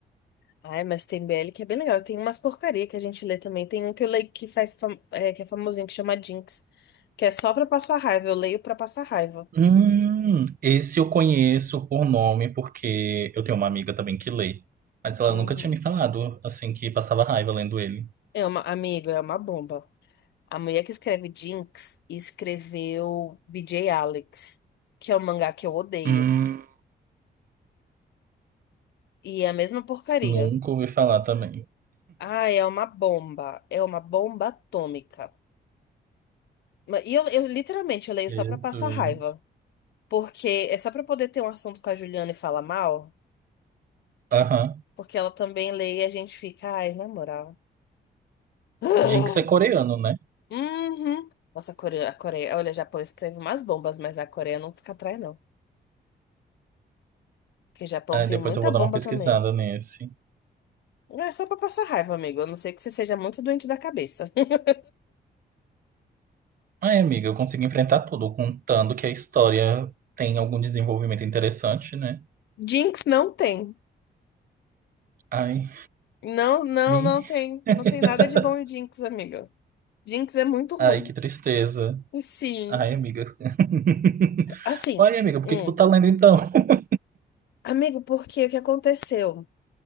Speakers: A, on the left; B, on the right.
A: Ai, mas tem BL que é bem legal. Tem umas porcaria que a gente lê também. Tem um que eu leio que faz fam- é, que é famosinho, que chama Jinx, que é só pra passar raiva. Eu leio pra passar raiva.
B: Hum, esse eu conheço por nome, porque eu tenho uma amiga também que lê, mas ela
A: Uhum.
B: nunca tinha me falado, assim, que passava raiva lendo ele.
A: É uma, amigo, é uma bomba. A mulher que escreve Jinx escreveu BJ Alex, que é um mangá que eu odeio.
B: Hum,
A: E é a mesma porcaria.
B: nunca ouvi falar também.
A: Ah, é uma bomba. É uma bomba atômica. Ma- E eu, eu literalmente eu leio
B: Jesus.
A: só pra passar raiva. Porque é só pra poder ter um assunto com a Juliana e falar mal.
B: Aham.
A: Porque ela também lê e a gente fica, ai, na moral. <gasps>
B: Jinx é coreano, né?
A: Uhum. Nossa, a Coreia, a Coreia, olha, o Japão escreve umas bombas, mas a Coreia não fica atrás, não. Porque o Japão
B: Ah,
A: tem
B: depois
A: muita
B: eu vou
A: bomba
B: dar uma pesquisada
A: também.
B: nesse.
A: Não É só pra passar raiva, amigo. A não ser que você seja muito doente da cabeça. <laughs>
B: Ai, amiga, eu consigo enfrentar tudo, contando que a história tem algum desenvolvimento interessante, né?
A: Jinx não tem.
B: Ai,
A: Não, não,
B: me.
A: não tem.
B: <laughs>
A: Não tem nada de bom em Jinx, amigo. Jinx é muito ruim.
B: Ai, que tristeza.
A: Enfim,
B: Ai, amiga. <laughs>
A: assim,
B: Ai, amiga, por
A: hum.
B: que que tu tá lendo então? <laughs>
A: Amigo, porque o que aconteceu?